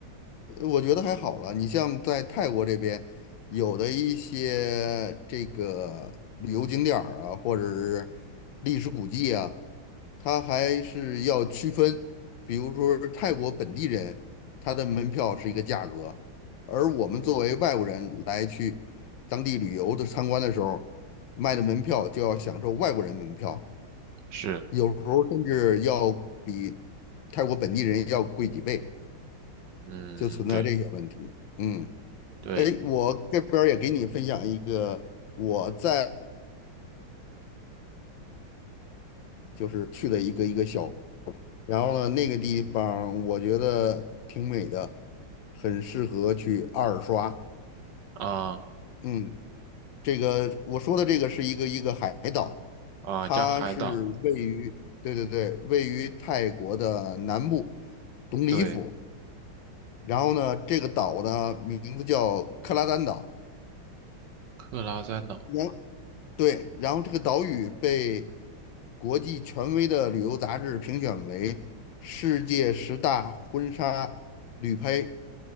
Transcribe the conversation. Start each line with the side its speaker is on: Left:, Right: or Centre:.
Left: 呃我觉得还好了。你像在泰国这边，有的一些这个旅游景点儿啊，或者是历史古迹啊，它还是要区分。比如说泰国本地人，他的门票是一个价格，而我们作为外国人来当地旅游的参观的时候，卖的门票就要享受外国人门票，
Right: 是，
Left: 有时候甚至要比泰国本地人要贵几倍，
Right: 嗯，
Left: 就存在这些问题。
Right: 对
Left: 嗯。
Right: 对
Left: 哎，我这边儿也给你分享一个我在就是去了一个一个小，然后呢，那个地方我觉得挺美的，很适合去二刷。
Right: 啊
Left: 嗯，这个我说的这个是一个一个海岛，
Right: 啊，
Left: 它是位于对对对，
Right: 加海岛，
Left: 位于泰国的南部董里府。
Right: 对，
Left: 然后呢，这个岛呢名字叫克拉丹岛。
Right: 克拉三岛
Left: 然对，然后这个岛屿被国际权威的旅游杂志评选为世界十大婚纱旅拍